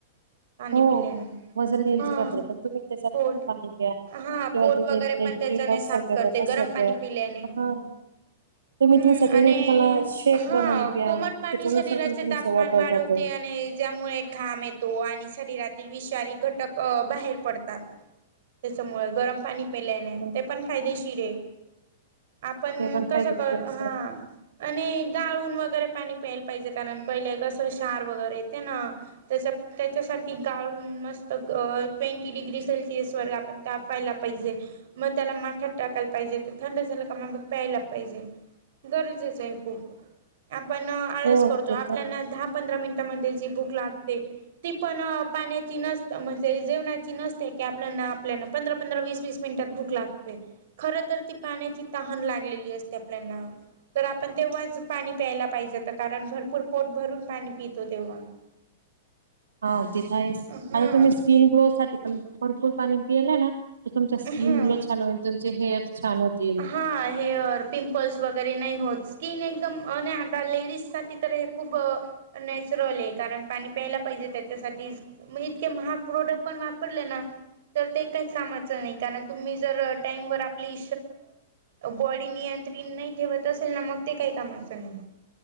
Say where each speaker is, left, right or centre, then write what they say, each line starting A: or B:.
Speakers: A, on the right; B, on the right.
A: पाणी
B: हो
A: पिल्याने.
B: वजन नियंत्रित
A: हा
B: राहते पण तुम्ही त्या
A: पोट
B: पाणी्या
A: हा
B: किंवा
A: पोट
B: तुम्ही
A: वगैरे
B: डी
A: पण त्याच्याने
B: टॉक्स
A: साफ करते
B: तस
A: गरम पाणी
B: प
A: पिल्याने
B: हा तुम्ही
A: हम्म
B: दिवस तुम्हाला
A: आणि
B: शेक
A: हा
B: बनवून प्या
A: कोमट
B: त्याच्यानुसार
A: पाणी शरीराचे
B: पण तुमचं
A: तापमान
B: वॉटर
A: वाढवते
B: जातं
A: आणि ज्यामुळे एक घाम येतो आणि शरीरातील विशारी घटक बाहेर पडतात त्याच्यामुळे गरम पाणी पेल्याने
B: हम्म,
A: ते पण फायदेशीर आहे आपण
B: ते पण
A: कस
B: फायदेशीर
A: कर
B: असं
A: हा
B: आहे.
A: आणि गळून वगैरे पाणी प्यायला पाहिजे कारण पहिले कसं शार वगैरे येते ना तसं त्याच्यासाठी गाळून मस्त ट्वेंटी डिग्री सेल्सिअस वर आपण तापायला पाहिजे मग त्याला माठात टाकायला पाहिजे तर थंड झालं का मग मग प्यायला पाहिजे गरजेच आहे खूप आपण आळस
B: हो
A: करतो
B: ते
A: आपल्याना
B: तर आहेच.
A: दहा पंधरा मिनिटांमध्ये जी बुक लागते ती पण पाण्याची नस म्हणजे जेवणाची नसते की आपल्याना आपल्याला पंधरा पंधरा वीस वीस मिनिटात भूक लागते खर तर ती पाण्याची तहान लागलेली असते आपल्याना तर आपण तेव्हाच पाणी प्यायला पाहिजे तर कारण पुरपोट भरून पाणी पितो तेव्हा
B: हा तिथं आहे
A: हा
B: आता तुम्ही स्किन ग्लो साठी पण भरपूल पाणी पिलंय ना तर तुमचा स्किन
A: हा
B: ग्लो छान होईल तुमचे हेअर छान होतील.
A: हा हे पिंपल्स वगैरे नाही होत स्किन एकदम आणि आता लेडीज साठी तर हे खूप नॅचरल आहे कारण पाणी प्यायला पाहिजे त्याच्यासाठी मग इतके महाग प्रोडक्ट पण वापरले ना तर ते काही कामाचं नाही कारण तुम्ही जर टाइम वर आपली बॉडी नियंत्रित नाही ठेवत असेल ना मग ते काही कामाचं नाही